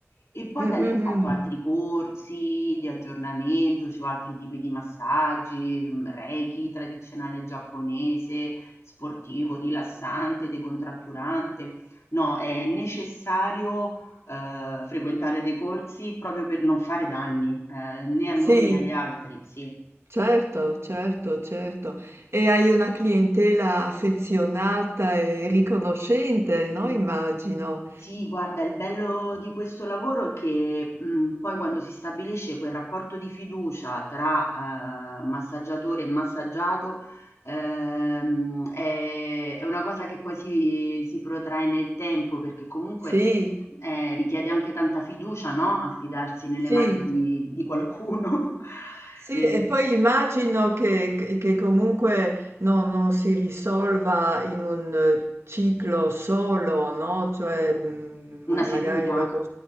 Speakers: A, on the left (about 75°); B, on the right (about 65°).
A: E poi
B: Mhm,
A: da lì ho
B: mhm.
A: fatto altri corsi di aggiornamento su altri tipi di massaggi, mh, Reiki tradizionale giapponese, sportivo, rilassante, decontratturante. No, è necessario ehm, frequentare dei corsi proprio per non fare danni, ehm, né a
B: Sì,
A: noi né agli altri, sì.
B: certo, certo, certo. E hai una clientela affezionata e riconoscente, no? Immagino.
A: Sì, guarda, il bello di questo lavoro è che mh, poi quando si stabilisce quel rapporto di fiducia tra eh, massaggiatore e massaggiato, ehm, è, è una cosa che poi si, si protrae nel tempo, perché comunque
B: Sì,
A: eh, richiede anche tanta fiducia, no? Affidarsi nelle
B: sì,
A: mani di, di qualcuno. <laughs>
B: sì,
A: E-
B: e poi immagino che, che- che comunque non, non si risolva in un eh, ciclo solo, no? Cioè, mm, ma-
A: Una
B: magari
A: seduta?
B: va con